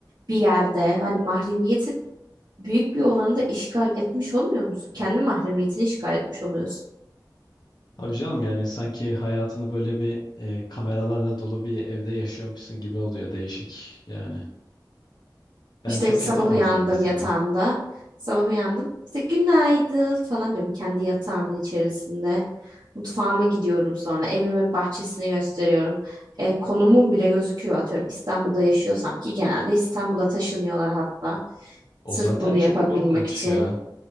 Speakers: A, on the right (about 55°); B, on the left (about 60°).
A: Bir yerde hani mahremiyetin büyük bir olanı da işgal etmiş olmuyor musun? Kendi mahremiyetini işgal etmiş oluyorsun.
B: Tabii canım yani sanki hayatını böyle bir e, kameralarla dolu bir evde yaşıyormuşsun gibi oluyor değişik yani. Ben
A: İşte
B: çok
A: sabah
B: yapamazdım
A: uyandım
B: mesela.
A: yatağımda. Sabah uyandım. İşte günaydın falan diyorum kendi yatağımın içerisinde. Mutfağıma gidiyorum sonra. Evimin bahçesini gösteriyorum. E, konumum bile gözüküyor atıyorum. İstanbul'da yaşıyorsam ki genelde İstanbul'a taşınıyorlar hatta.
B: O
A: Sırf
B: zaten
A: bunu
B: çok
A: yapabilmek
B: korkunç
A: için.
B: ya.